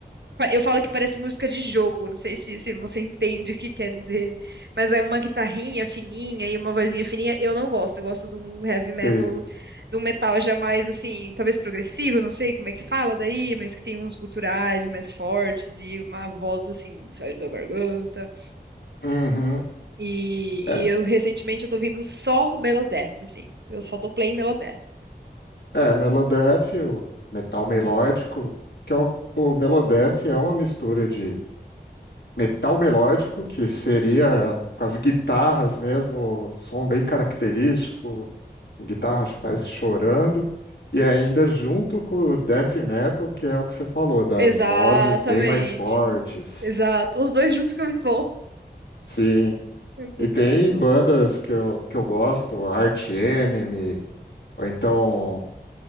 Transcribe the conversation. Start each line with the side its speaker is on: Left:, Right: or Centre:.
Right: pa- Eu falo que parece música de jogo, não sei se, se você entende o que quer dizer. Mas é uma guitarrinha fininha e uma vozinha fininha, eu não gosto. Eu gosto de um heavy metal,
Left: Sei.
Right: de um metal já mais assim, talvez progressivo, não sei como é que fala daí, mas que tem uns guturais mais fortes e uma voz assim, saindo da garganta.
Left: Uhum.
Right: E,
Left: É,
Right: e eu recentemente eu tô ouvindo só Megadeth, assim. Eu só dou play em Megadeth.
Left: é, Melodeath, o metal melódico, que é o, o Melodeath é uma mistura de metal melódico, que seria com as guitarras mesmo, som bem característico, guitarras parece chorando, e ainda junto com o death metal, que é o que você falou, das
Right: Exatamente.
Left: vozes bem mais fortes.
Right: Exato. Os dois juntos ficam muito bom.
Left: Sim,
Right: <laughs> Fica
Left: E tem
Right: muito
Left: bandas
Right: bom.
Left: que eu, que eu gosto, Arch Enemy, ou então